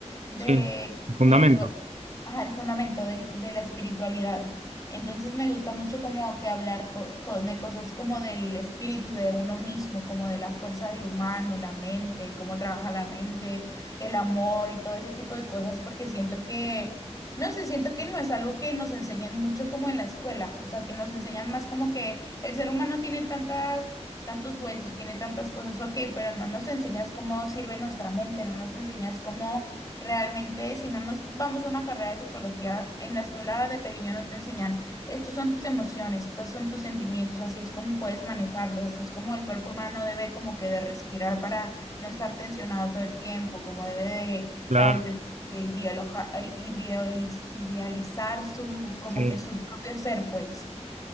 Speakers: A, on the left (about 30°); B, on the right (about 75°).
A: de,
B: Sí, el fundamento,
A: de lo- ajá, el fundamento del- de, la espiritualidad. Entonces me gusta mucho como que hablar co- co- de cosas como del espíritu de uno mismo, como de la fuerza del humano, la mente, cómo trabaja la mente el amor y todo ese tipo de cosas, porque siento que, no sé, siento que no es algo que nos enseñan mucho como en la escuela, o sea, que nos enseñan más como que el ser humano tiene tantas, tantos huesos, tiene tantas cosas, ok, pero no nos enseñas cómo sirve nuestra mente, no nos enseñas cómo realmente, si no nos vamos a una carrera de psicología, en la escuela de pequeño no te enseñan. Estos son tus emociones, estos son tus sentimientos, así es como puedes manejarlos, así es como el cuerpo humano debe como que de respirar para no estar tensionado todo el tiempo, como debe de,
B: claro.
A: sabes, de, de ideoloja- eh, idealiz- idealizar su, como
B: sí.
A: que su propio ser, pues.